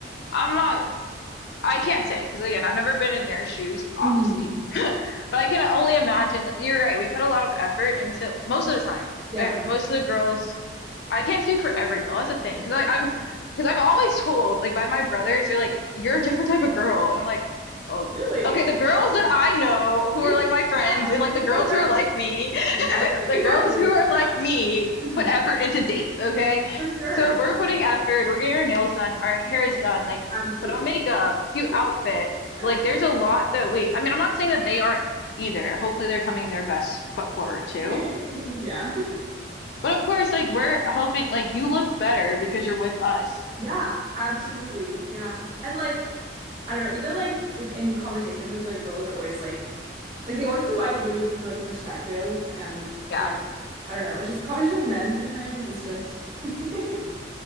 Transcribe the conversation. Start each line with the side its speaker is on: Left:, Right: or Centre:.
Left: I'm not, I can't say because again, I've never been in their shoes, obviously.
Right: <laughs> hmm
Left: <laughs> But I can only imagine, you're right, we put a lot of effort into most of the time.
Right: <laughs> Yeah,
Left: uh, Most of the girls I can't speak for every girl. That's a thing.
Right: for
Left: Because
Right: sure.
Left: like I'm,
Right: Yeah.
Left: because I'm always told like by my brothers, they're like, "You're a different type of girl," and I'm like, "Oh,
Right: Really?
Left: okay." The girls
Right: Oh.
Left: that I know who are
Right: <laughs>
Left: like my friends,
Right: Yeah.
Left: and like
Right: Like
Left: the girls
Right: my friend.
Left: who are like me,
Right: Exactly.
Left: <laughs> the
Right: Exactly.
Left: girls who are like
Right: Yeah.
Left: me
Right: hmm
Left: put effort into dates. Okay,
Right: For sure.
Left: so if we're
Right: Yeah.
Left: putting effort, we're getting our nails done, our hair
Right: Hmm,
Left: is done, like
Right: Absolutely.
Left: put on makeup, cute
Right: Mhm.
Left: outfit.
Right: Yes.
Left: Like there's a lot that we. I mean, I'm not saying that they aren't either. Hopefully, they're coming in their best foot forward too
Right: <laughs> Yeah.
Left: but of course, like we're hoping like you look better because you're with us.
Right: Yeah, absolutely. Yeah. And like, I don't know, even like like in conversations, I feel like girls are always like like they always provide a really good perspective and
Left: Yeah.
Right: like I don't know, it's just a conversation with men sometimes. It's just <laughs> I